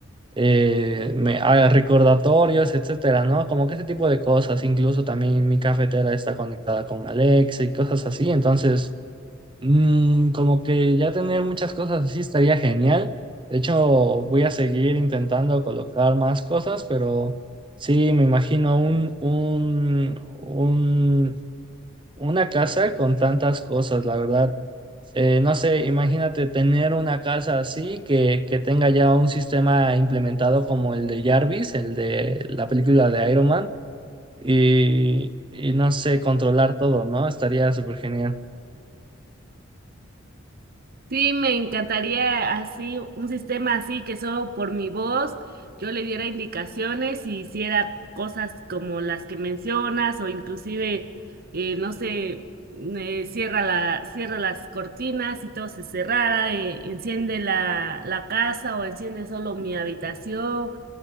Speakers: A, on the right (about 25°); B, on the right (about 50°).
A: eh, me ah, recordatorios, etcétera, ¿no? Como que ese tipo de cosas, incluso también mi cafetera está conectada con Alexa y cosas así, entonces Mm, como que ya tener muchas cosas así estaría genial. De hecho, voy a seguir intentando colocar más cosas, pero sí, me imagino un, un, un- una casa con tantas cosas, la verdad. Eh, no sé, imagínate tener una casa así que, que tenga ya un sistema implementado como el de Jarvis, el de la película de Iron Man, y, y no sé, controlar todo, ¿no? Estaría súper genial.
B: Sí, me encantaría así, un sistema así que solo por mi voz yo le diera indicaciones y hiciera cosas como las que mencionas o inclusive, eh, no sé, eh, cierra la, cierra las cortinas y todo se cerrara, eh, enciende la, la casa o enciende solo mi habitación